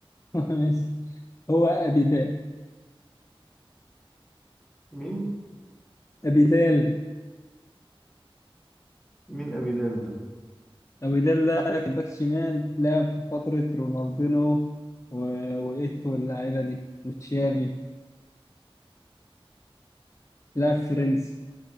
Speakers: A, on the left; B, in the centre.
A: <laughs> ماشي هو ابيدال
B: مين
A: ابيدال
B: مين ابيدال ده
A: أبيدال ده كان باك شمال لعب في فترة رونالدينو و... وإيتو واللعيبة دي وتشافي لعب فرنسي